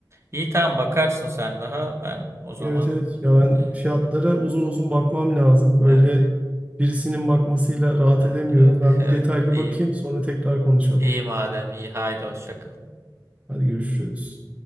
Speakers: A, on the right; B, on the right.
A: İyi tamam bakarsın sen daha. Ben o zaman
B: Evet evet ya ben
A: e,
B: fiyatlara
A: gidiyorum.
B: uzun uzun bakmam lazım. Böyle
A: Evet,
B: birisinin bakmasıyla rahat
A: evet,
B: edemiyorum.
A: evet,
B: Ben
A: <laughs> evet.
B: bir detaylı
A: İyi.
B: bakayım sonra tekrar konuşalım.
A: İyi madem iyi. Haydi hoşça kal.
B: Hadi görüşürüz.